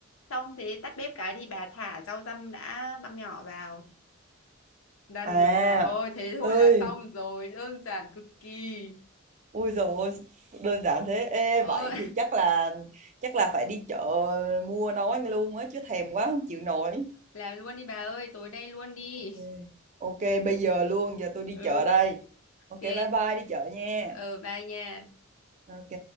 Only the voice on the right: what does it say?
À,
ơi,
ui rồi đơn giản thế. Ê,
vậy thì chắc là chắc là phải đi chợ mua nấu ăn luôn á chứ thèm quá không chịu nổi.
Ok. Ok, bây giờ luôn, giờ tôi đi
chợ đây. Ok,
bye bye đi chợ nha.
Ok.